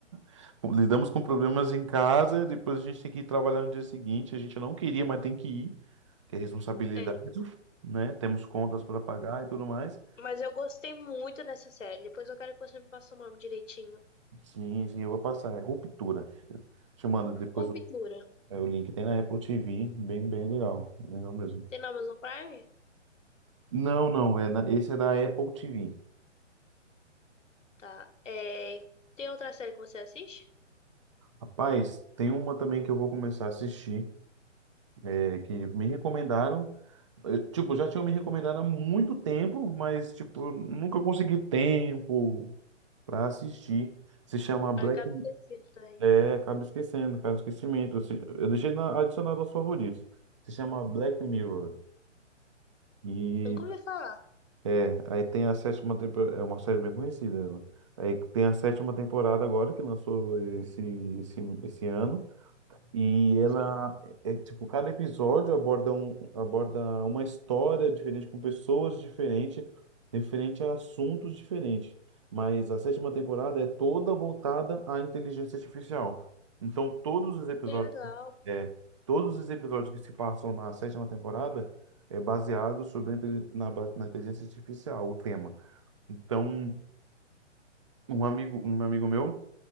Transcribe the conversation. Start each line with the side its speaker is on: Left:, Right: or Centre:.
Right: <laughs> Lidamos com problemas em casa, depois a gente tem que ir trabalhar no dia seguinte. A gente não queria, mas tem que ir, que é responsabilidade,
Left: É.
Right: né? Temos contas para pagar e tudo mais.
Left: Mas eu gostei muito dessa série. Depois eu quero que você me passe o nome direitinho.
Right: Sim, sim, eu vou passar. É Ruptura. Te mando depois
Left: Ruptura.
Right: o, é, o link. Tem na Apple TV, bem, bem legal. Legal mesmo.
Left: Tem na Amazon Prime?
Right: Não, não, é na- esse é da Apple TV.
Left: Tá. É, tem outra série que você assiste?
Right: Rapaz, tem uma também que eu vou começar a assistir, é, que me recomendaram. eh, Tipo, já tinham me recomendado há muito tempo, mas, tipo, nunca consegui tempo pra assistir. Se chama Black.
Left: Ah, Acabei de assistir também.
Right: É, acaba esquecendo, cara, esquecimento. Eu se- eu deixei na- adicionado aos favoritos. Se chama Black Mirror. E
Left: Eu Nunca ouvi falar.
Right: é, aí tem a sétima temporada. É uma série bem conhecida. ela. Aí tem a sétima temporada agora, que lançou esse, esse, esse ano. E ela
Left: Sim.
Right: é é, tipo, cada episódio aborda, um, aborda uma história diferente, com pessoas diferentes, referente a assuntos diferentes. Mas a sétima temporada é toda voltada à inteligência artificial. Então, todos os episódios,
Left: Que Legal.
Right: é, todos os episódios que se passam na sétima temporada é baseado sobre a inte- na, ba- na inteligência artificial, o tema. Então, um amigo, um amigo meu